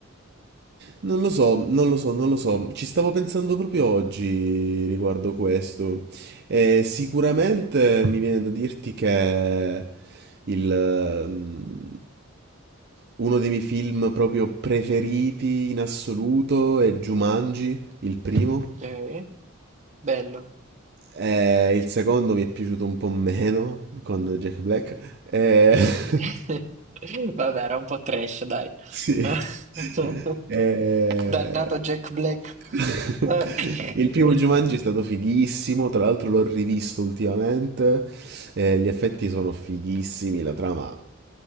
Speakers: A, on the right; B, on the right.
A: Non lo so, non lo so, non lo so. Ci stavo pensando proprio oggi riguardo questo. E sicuramente mi viene da dirti che il, ehm, uno dei miei film proprio preferiti in assoluto è Jumanji, il primo.
B: Ok, bello.
A: E il secondo mi è piaciuto un po' meno con Jack Black. E...
B: Mm.
A: <laughs>
B: <laughs> Vabbè, era un po' trash, dai.
A: Sì.
B: <laughs>
A: Eh,
B: Dannato Jack Black.
A: <laughs>
B: Eh.
A: Il primo
B: <laughs>
A: Jumanji è stato fighissimo, tra l'altro l'ho rivisto ultimamente, eh, gli effetti sono fighissimi, la trama